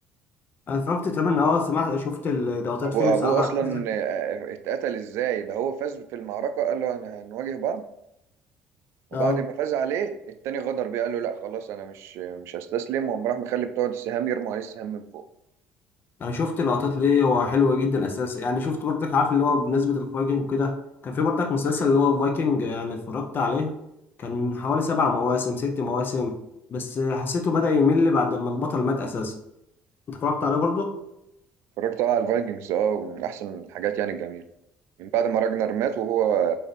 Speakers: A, on the left; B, on the right.
A: انا اتفرجت تقريبا اه سمعت شفت الضغطات
B: ابوه
A: فيه بصراحه
B: ابوه اصلا آه، اتقتل ازاي ده هو فاز في المعركه قال له انا هنواجه بعض وبعد
A: اه
B: ما فاز عليه التاني غدر بيه قال له لا خلاص انا مش مش هستسلم وقام راح مخلي بتوع السهام يرموا عليه السهام من فوق
A: انا شفت لقطات ليه هو حلوه جدا اساسا يعني شفت برضك عارف اللي هو بمناسبه الفايكنج وكده كان في برضك مسلسل اللي هو الفايكنج يعني اتفرجت عليه كان من حوالي سبع مواسم ست مواسم بس حسيته بدأ يمل بعد ما البطل مات اساسا انت اتفرجت عليه برضه
B: اتفرجت اه على الفايكنجز اه من احسن الحاجات يعني الجميله من بعد ما راجنر مات وهو